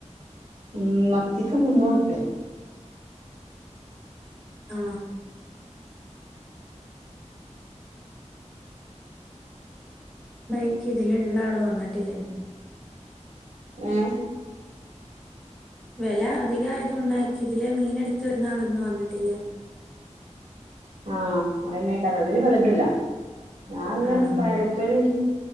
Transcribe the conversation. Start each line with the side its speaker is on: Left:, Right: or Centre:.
Right: മ് മത്തിക്ക് മുന്നൂറുപ്യ
Centre: ആ നയിക്ക് ഇതിലുള്ള ആള് വന്നിട്ടില്ലിന്ന്.
Right: ങേ
Centre: വെല അധികായതൊണ്ടായിരിക്കും ഇതിലേ മീനെടുത്ത് വരുന്നാള് വന്നിട്ടില്ല.
Right: ആ അയനെക്കാ അതിലും വന്നിട്ടില്ല. ഞാൻന്ന്
Centre: ആഹ്
Right: പയറുപ്പേരി